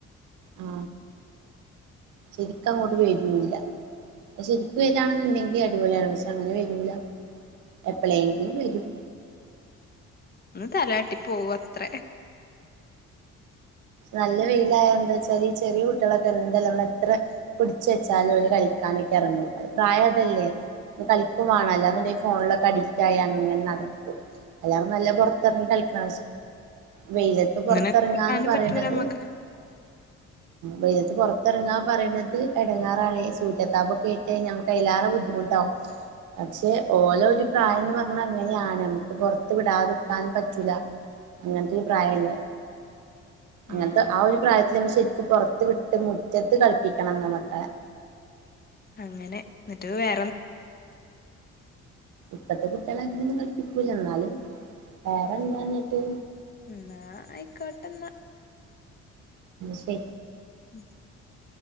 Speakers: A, on the right (about 85°); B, on the left (about 30°).
A: ആ സെരിക്കങ്ങട് വരുല്ല ശെരിക്കും വരികയാണെങ്കിൽ അടിപൊളി ആണ് പക്ഷേ അങ്ങനെ വരില്ല എപ്പോളെങ്കിലും വരും
B: ഒന്ന് തലയാട്ടി പോകും അത്ര
A: നല്ല വെയിലായാൽ എന്താച്ചാല് ചെറിയ കുട്ടികളൊക്കെ എന്തായാലും നമ്മൾ എത്ര പിടിച്ചു വെച്ചാലും ഓല് കളിക്കാനൊക്കെ എറങ്ങും പ്രായം അതല്ലേ കളിക്കും വേണം അല്ലെന്നുണ്ടെങ്കിൽ ഫോണിനൊക്കെ അഡിക്റ്റ- അങ്ങനെ നടക്കും എല്ലാരും നല്ല പുറത്തിറങ്ങി കളിക്കണ വെയിലത്തു പുറത്തു
B: അങ്ങനെ
A: ഇറങ്ങാ
B: കൂട്ടാനും
A: എന്ന് പറയുന്നത്
B: പറ്റൂല നമ്മക്ക്
A: വെയിലത്ത്‌ പുറത്തു ഇറങ്ങുന്നത് ഇറങ്ങാ പറയണത് എടങ്ങേറാണ് സൂര്യ താപമൊക്കെ ഏറ്റക്കഴിഞ്ഞ നമ്മക്ക് അതിലേറെ ബുദ്ധിമുട്ട് ആകും പക്ഷേ ഓല ഒരു പ്രായം എന്ന് പറയുന്നത് അങ്ങനെ ആണ് നമുക്ക് പുറത്തു വിടാതിരിക്കാനും പറ്റൂല അങ്ങനെതെ ഒരു പ്രായം അല്ലെ അങ്ങനത്തെ
B: ഉം
A: ആ ഒരു പ്രായത്തില് നമ്മൾ ശെരിക്കും പുറത്തു വിട്ട് മുറ്റത്തു കളിപ്പിക്കണം മക്കളെ
B: അങ്ങനെ എന്നിട്ട് വേറെ
A: ഇപ്പളത്തെ കുട്ടികൾ അങ്ങനെയൊന്നും കളിപ്പിക്കൂല്ലഎന്നാലും വേറെ എന്താ എന്നിട്ട
B: മ്മ് എന്നാ ആയിക്കോട്ടെന്നാ
A: ശരി
B: <inaudible>